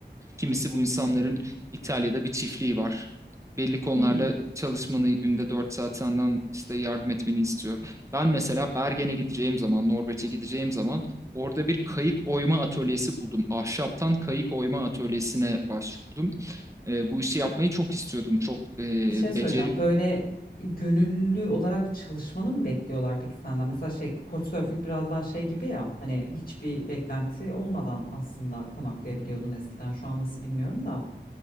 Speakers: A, on the right (about 15°); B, on the left (about 55°).
A: Kimisi bu insanların İtalya'da bir çiftliği var. Belli konularda
B: Hmm.
A: çalışmanı günde 4 saat senden işte yardım etmeni istiyor. Ben mesela Bergen'e gideceğim zaman, Norveç'e gideceğim zaman orada bir kayık oyma atölyesi buldum. Ahşaptan kayık oyma atölyesine başvurdum. E, bu işi yapmayı çok istiyordum. Çok e,
B: Bir şey söyleyeceğim.
A: becer
B: Böyle gönüllü olarak çalışmanı mı bekliyorlar peki senden? Mesela şey Couchsurfing biraz daha şey gibi ya. Hani hiçbir beklenti olmadan aslında konaklayabiliyordun eskiden. Şu an nasıl bilmiyorum da.